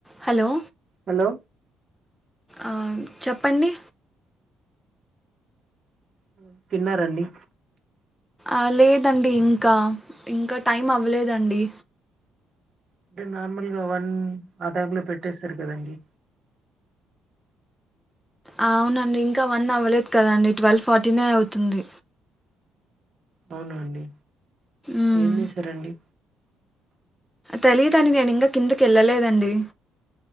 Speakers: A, in the centre; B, on the right.
A: Hello
B: hello
A: ఆ చెప్పండి
B: హ్మ్ తిన్నారండి
A: ఆ లేదండి ఇంకా ఇంకా టైం అవ్వలేదండి
B: అంటే నార్మల్గా వన్ ఆ టైం లో పెట్టేస్తారు కదండి
A: అవునండి ఇంకా వన్ అవ్వలేదు కదండి ట్వెల్వ్ ఫార్టీనే అవుతుంది
B: అవునా అండి
A: ఉమ్
B: ఏం జేసారండి
A: తెలీదండి నేన్ ఇంగా కిందకి ఎల్లలేదండి